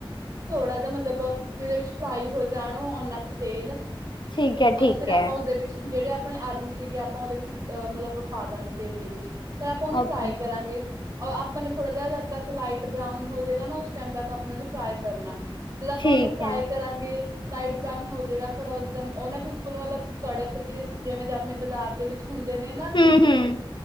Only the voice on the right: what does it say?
ਥੋੜ੍ਹਾ ਜਾ ਮਤਲਬ ਜੀਦੇ ਵਿੱਚ ਫ੍ਰਾਈ ਹੋ ਜਾਣ, ਓ ਓਨਾਂ ਕੁ ਤੇਲ
ਔਰ
ਫਿਰ, ਆਪਾ
ਉਸਦੇ ਵਿੱਚ ਜੇੜੇ ਆਪਣੇ ਆਲੂ ਸੀਗੇ, ਆਪਾਂ ਓਦੇ ਵਿੱਚ ਅ ਮਤਲਬ ਪਾਦਾਂਗੇ, ਤੇਲ ਦੇ ਵਿੱਚ। ਫਿਰ ਆਪਾ ਉਹਨੂੰ
ਫ੍ਰਾਈ ਕਰਾਂਗੇ। ਔਰ ਆਪਾਂ ਨੇ ਥੋੜਾ ਜਿਹਾ ਜਦ ਤੱਕ ਲਾਈਟ ਬ੍ਰਾਊਨ ਹੋਜੇਗਾ ਨਾ, ਉਸ ਟਾਈਮ ਤੱਕ ਆਪਣੇ ਨੁੰ ਫ੍ਰਾਈ ਕਰਨਾ। ਜਦੋ ਆਪਾ
ਉਹਨੂੰ ਫਰਾਈ
ਕਰਾਂਗੇ ਲਾਈਟ ਬ੍ਰਾਊਨ ਹੋਜੇਗਾ ਫਿਰ ਉਸਦਮ, ਉਹ ਨਾ ਬਿਲਕੁਲ ਮਤਲਬ, ਕੜਕ ਤੇ ਜਿਵੇਂ ਆਪਣੇ ਬਜ਼ਾਰ ਦੇ ਵਿੱਚ ਚ, ਹੁੰਦੇ ਨੇ ਨਾ
ਕ੍ਰਿਸਪੀ।